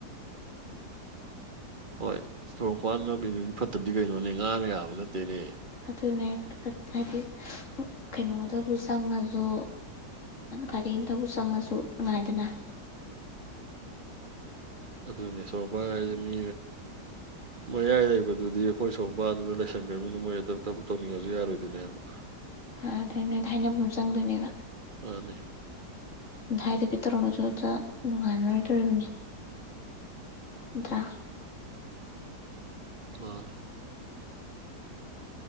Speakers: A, on the right; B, on the left.
A: ꯍꯣꯏ ꯁꯣꯔꯣꯛꯄꯥꯟꯗꯗꯤ ꯐꯠꯇꯕꯗꯤ ꯀꯩꯅꯣꯅꯦ ꯉꯥꯅ ꯌꯥꯕ ꯅꯠꯇꯦꯅꯦ
B: ꯑꯗꯨꯅꯦ ꯍꯥꯏꯗꯤ ꯀꯩꯅꯣꯗꯕꯨ ꯆꯪꯉꯖꯨ ꯒꯥꯔꯤꯇꯕꯨ ꯆꯪꯉꯖꯨ ꯅꯨꯡꯉꯥꯏꯗꯅ
A: ꯑꯗꯨꯅꯦ ꯁꯣꯔꯣꯛꯄꯥꯟ ꯍꯥꯏꯖꯦ ꯃꯤ ꯃꯌꯥꯏ ꯂꯩꯕꯗꯨꯗꯤ ꯑꯩꯈꯣꯏ ꯁꯣꯔꯣꯛ ꯃꯄꯥꯗꯨꯗ ꯂꯩꯁꯟꯒ꯭ꯔꯕꯃꯤꯅ ꯃꯣꯏ ꯑꯗꯨ ꯊꯕꯛ ꯇꯧꯅꯤꯡꯉꯁꯨ ꯌꯥꯔꯣꯏꯗꯣꯏꯅꯦꯕ
B: ꯑꯗꯩ ꯅꯣꯏꯗ ꯍꯥꯏꯅꯕ ꯑꯃ ꯆꯪꯗꯣꯏꯅꯦꯕ
A: ꯃꯥꯅꯦ
B: ꯑꯗꯥꯏꯗ ꯕꯤ ꯇꯧꯔꯝꯃꯁꯨ ꯅꯨꯡꯉꯥꯏꯅꯔꯣꯏꯗꯣꯔꯤꯕꯅꯤ ꯅꯥꯠꯇꯔꯥ
A: ꯃꯥꯅꯦ